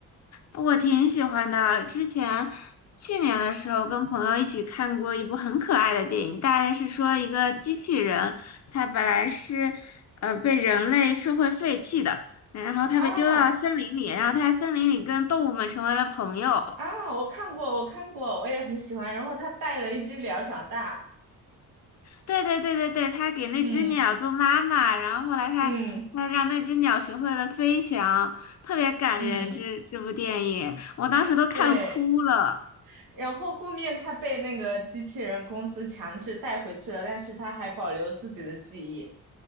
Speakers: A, on the left; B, on the right.
A: 我挺喜欢的。之前去年的时候跟朋友一起看过一部很可爱的电影，大概是说一个机器人，它本来是呃被人类社会废弃的，然后它被丢到了森林里，
B: 啊
A: 然后它在森林里跟动物们成为了朋友。
B: 啊，我看过，我看过，我也很喜欢。然后他带了一只鸟长大，
A: 对对对对对，他给那只鸟做妈妈，
B: 嗯
A: 然后后来他他让那只鸟学会了飞翔，
B: 嗯
A: 特别感人。
B: 嗯，
A: 这这部电影我当时都看哭了。
B: 对。然后后面他被那个机器人公司强制带回去了，但是他还保留自己的记忆。